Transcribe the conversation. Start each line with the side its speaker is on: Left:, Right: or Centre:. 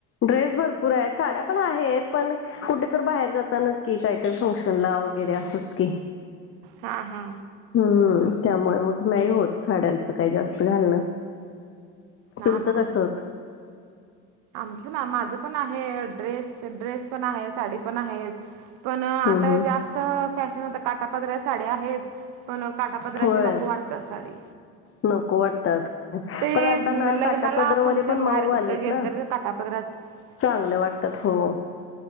Left: ड्रेस भरपूर आहेत साड्या पण आहेत पण कुठे तर बाहेर जातानाच की काहीतरी फंक्शन ला वगैरे असच की,
Right: हा हा,
Left: हम्म त्यामुळे मग नाही होत साड्यांचं काही जास्त घालणं.
Right: हां
Left: तुमचं
Right: हां
Left: कसत
Right: आमचं पण माझं पण आहे ड्रेस ड्रेस पण आहे साडी पण आहेत पण आता
Left: हम्म हम्म
Right: जास्त फॅशन काठपदराच्या साड्या आहेत पण काटापदराचे
Left: होय
Right: नको वाटतात साडी.
Left: नको वाटतात.
Right: ते
Left: पण आता ना
Right: लग्नाला
Left: काठापदर
Right: फंक्शन
Left: मध्ये पण
Right: बाहेर
Left: मऊ
Right: कुठं
Left: आलेत
Right: गेल
Left: ना,
Right: तर काटापदरात
Left: चांगलं वाटतात हो,